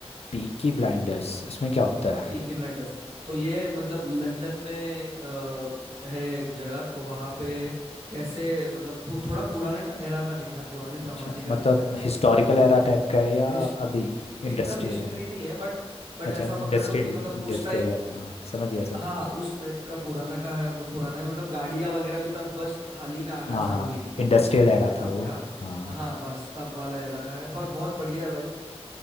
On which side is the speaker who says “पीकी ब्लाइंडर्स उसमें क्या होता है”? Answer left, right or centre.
Left